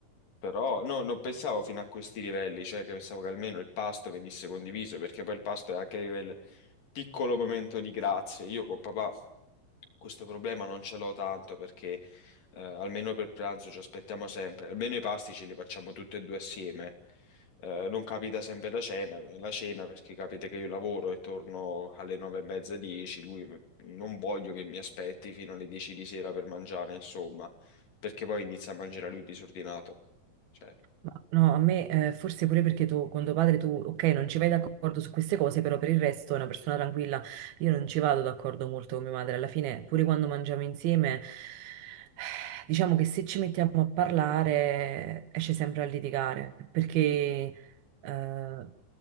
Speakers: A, on the left (about 65°); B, on the right (about 80°).
A: Però no, non pensavo fino a questi livelli, cioè che pensavo che almeno il pasto venisse condiviso, perché poi il pasto è anche quel piccolo momento di grazie. Io con papà questo problema non ce l'ho tanto perché eh, almeno per pranzo ci aspettiamo sempre, almeno i pasti ce li facciamo tutti e due assieme. Eh, non capita sempre la cena, la cena perché capita che io lavoro e torno alle nove e mezza, dieci, lui non voglio che mi aspetti fino alle dieci di sera per mangiare, insomma, perché poi inizia a mangiare lui disordinato. Cioè,
B: Ma No, a me eh, forse pure perché tu, con tuo padre, tu, ok, non ci vai d'accordo su queste cose, però per il resto è una persona tranquilla. Io non ci vado d'accordo molto con mia madre. Alla fine, pure quando mangiamo insieme, <sighs> diciamo che se ci mettiamo a parlare, esce sempre a litigare, perché eh,